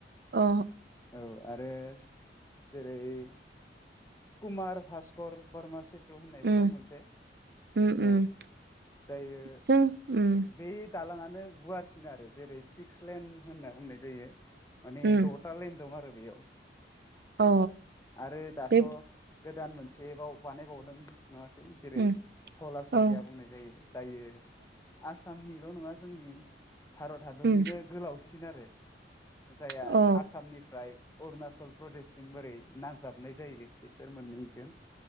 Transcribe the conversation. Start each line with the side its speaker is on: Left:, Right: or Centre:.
Right: अ
Left: औ आरो जेरै कुमार भास्कर बरमासेत होननायबो
Right: उम
Left: दं मोनसे
Right: उम
Left: औ
Right: उम
Left: जायो
Right: जों उम
Left: बेद दालांआनो गुवारसिन आरो जेरै सिक्स लेन होनना बुंनाय जायो। माने
Right: उम
Left: द'ता लाइन दं आरो बेयाव
Right: अ
Left: आरो दा
Right: बे
Left: गोदान मोनसे बाव बानायबावदों। नङासै जेरै
Right: उम
Left: थला सदिया
Right: औ
Left: बुंनाय जायो जायो आसाम। निल' नङा जोंनि भारत हादरनिनो
Right: उम
Left: गोलावसिन आरो। जायहा
Right: अ
Left: आसामनिफ्राय अरुणाचल प्रदेशसिम बोरै नांजाबनाय जायो। बिसोर मोननैजों।